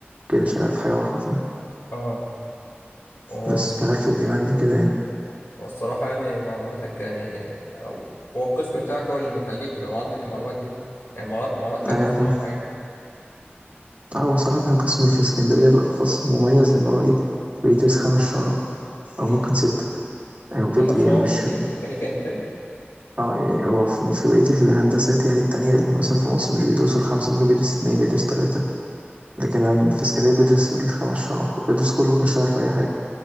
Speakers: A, on the right; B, on the left.
A: كده شغال في حاجة واحدة
B: اه هو
A: بس شغال في الديماند كده يعني
B: هو الصراحة يعني معلوماتك يعني او هو القسم بتاعك هو اللي مخليك يبقى عندك المعلومات دي يعني معلومات معلومات حلوة
A: ايوه
B: الصراحة
A: فاهم
B: يعني
A: اه هو صراحة قسم في اسكندرية بالاخص مميز لان هو ايه بيدرس خمس شعب او
B: امم
A: ممكن ستة او بيد
B: اما الشعب
A: يعني مش
B: في ميكانيكا انتاج
A: اه يعني هو في في بقية الهندسات يعني التانية اللي مثلا في مصر مش بيدرسوا الخمسة ممكن بيدرس اتنين بيدرس تلاتة لكن عند في اسكندرية بيدرس الخمس شعب بيدرس كله ممكن يشتغل في أي حاجة